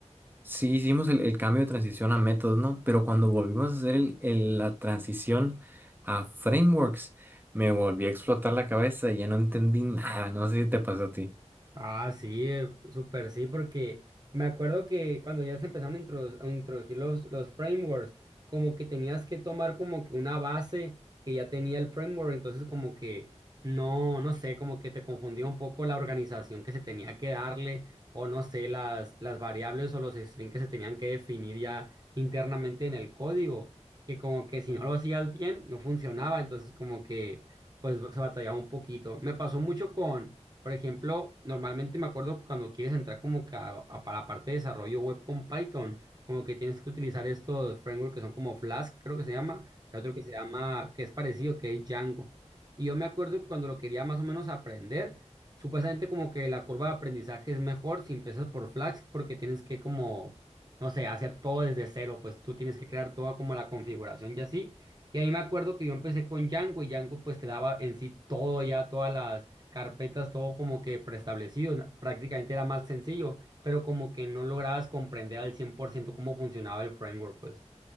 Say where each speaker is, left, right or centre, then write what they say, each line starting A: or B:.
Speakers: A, on the right (about 15°); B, on the right (about 35°).
A: sí hicimos el, el cambio de transición a métodos, ¿no? Pero cuando volvimos a hacer el- el- la transición a frameworks, me volví a explotar la cabeza y ya no entendí nada, no sé si te pasó a ti.
B: Ah, sí, eh, súper sí, porque me acuerdo que cuando ya se empezaron a, introdu- a introducir los, los frameworks, como que tenías que tomar como que una base que ya tenía el framework, entonces como que no, no sé, como que te confundía un poco la organización que se tenía que darle, o no sé, las, las variables o los strings que se tenían que definir ya internamente en el código, que como que si no lo hacías bien, no funcionaba, entonces como que pues se batallaba un poquito. Me pasó mucho con por ejemplo, normalmente me acuerdo que cuando quieres entrar como que a, a- para la parte de desarrollo web con Python, como que tienes que utilizar estos frameworks que son como Flask, creo que se llama, y otro que se llama, que es parecido, que es Django. Y yo me acuerdo que cuando lo quería más o menos aprender, supuestamente como que la curva de aprendizaje es mejor si empiezas por Flask, porque tienes que como, no sé, hacer todo desde cero, pues tú tienes que crear toda como la configuración y así. Y ahí me acuerdo que yo empecé con Django y Django pues te daba en sí todo ya, todas las carpetas, todo como que preestablecido, na- prácticamente era más sencillo, pero como que no lograbas comprender al 100% cómo funcionaba el framework, pues.